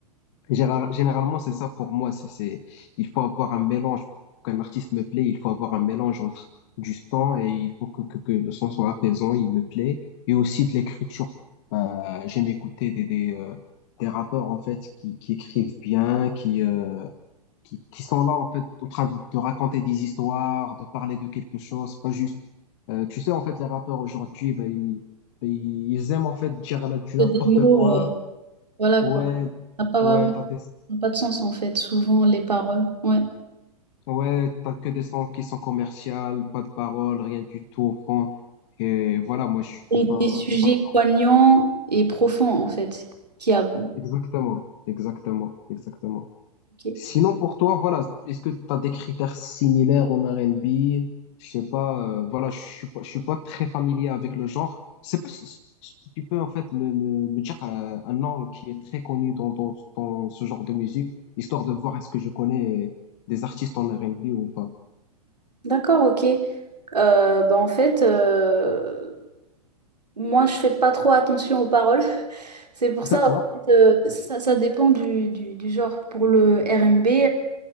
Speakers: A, on the left; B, on the right.
A: Général- Généralement, c'est ça pour moi. C'est, c'est- il faut avoir un mélange. Pour qu'un artiste me plaît, il faut avoir un mélange entre du son et il faut que, que, que le son soit apaisant, il me plaît, et aussi de l'écriture. Euh, j'aime écouter des, des, euh, des rappeurs, en fait, qui, qui écrivent bien, qui, euh, qui, qui sont là, en fait, en train de, de raconter des histoires, de parler de quelque chose, pas juste. Euh, tu sais, en fait, les rappeurs aujourd'hui, ben, ils, ben, ils aiment, en fait, dire là, du
B: Que
A: n'importe
B: Des mots,
A: quoi.
B: euh, voilà
A: Ouais,
B: quoi. Ça n'a pas
A: ouais,
B: vraiment,
A: t'as des...
B: ça n'a pas de sens en fait, souvent les paroles. Ouais.
A: Ouais, t'as que des sons qui sont commerciales, pas de paroles, rien du tout au fond. Et voilà, moi, je suis
B: Et
A: pas,
B: des sujets
A: je suis pas le genre.
B: poignants et profonds en fait. Qui a...
A: Exactement, exactement, exactement.
B: ok.
A: Sinon, pour toi, voilà, est-ce que t'as des critères similaires en R&B? Je sais pas, euh, voilà, je suis pas, je suis pas très familier avec le genre. Je sais pas si, si tu peux, en fait, me, me, me dire euh, un nom qui est très connu dans, dans, dans ce genre de musique, histoire de voir est-ce que je connais des artistes en R&B ou pas.
B: D'accord, ok. Euh, bah, en fait, euh, moi je fais pas trop attention aux paroles. <laughs> C'est pour
A: D'accord.
B: ça, en fait, euh, ça, ça dépend du, du- du genre. Pour le R&B,